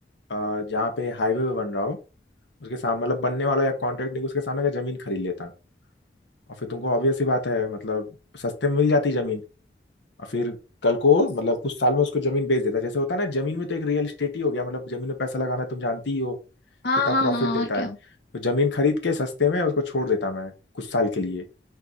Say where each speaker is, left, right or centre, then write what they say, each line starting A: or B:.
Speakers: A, on the left (about 80°); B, on the left (about 60°).
A: आ, जहाँ पे हाईवे पे बन रहा हो उसके सामने मतलब बनने वाला या कॉन्ट्रैक्ट नहीं उसके सामने का जमीन खरीद लेता और फिर तुमको ऑब्वियस सी बात है मतलब सस्ते में मिल जाती जमीन और फिर कल को मतलब कुछ साल में उसको जमीन बेच देता जैसे होता है ना जमीन में तो एक रियल इस्टेट ही हो गया मतलब जमीन में पैसा लगाना तुम जानती ही हो
B: हाँ
A: कितना
B: हाँ
A: प्रॉफिट
B: हाँ
A: देता
B: और क्या
A: है तो जमीन खरीद के सस्ते में उसको छोड़ देता मैं कुछ साल के लिए